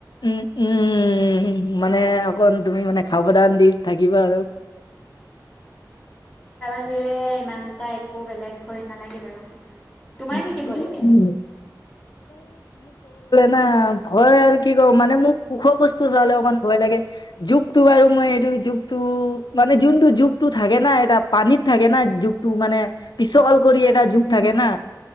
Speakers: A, on the left (about 80°); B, in the centre.
A: উম-উম উ মানে কণ তুমি মানে সাৱধান দি থাকিবা আৰু।
B: বিৰে ইমান এটা একো বেলেগ ভয় নালাগে বাৰু। তোমাৰ
A: <unintelligible>
B: কি কি ভয় লাগে
A: না ভয় আৰু কি কওঁ মানে মোক ওখ বস্তু চাবলে অকণ ভয় লাগে জোক তো বাৰু মই এইটো জোকটো মানে যোনটো জোকটো থাকে ন এটা পানীত থাকে না জোকটো মানে পিছকাল কৰি
B: উম
A: এটা জোক থাকে না,